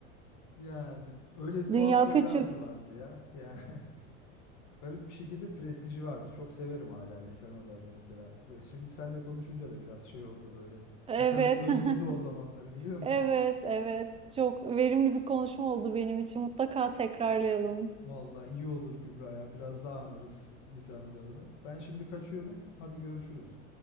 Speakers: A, on the left; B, on the right.
A: Yani öyle tuhaf
B: <laughs> dünya
A: şeyler
B: küçük.
A: de vardı ya. Yani <laughs> garip bir şekilde prestiji vardı. Çok severim hala lise anılarını mesela. Şimdi seninle konuşunca da biraz şey oldu böyle.
B: Evet.
A: İnsanı özledi
B: <laughs>
A: o zamanları biliyor musun?
B: Evet, evet. Çok verimli bir konuşma oldu benim için. Mutlaka tekrarlayalım.
A: Vallahi iyi olur Kübra ya. Biraz daha anarız lise anılarını. Ben şimdi kaçıyorum. Hadi görüşürüz.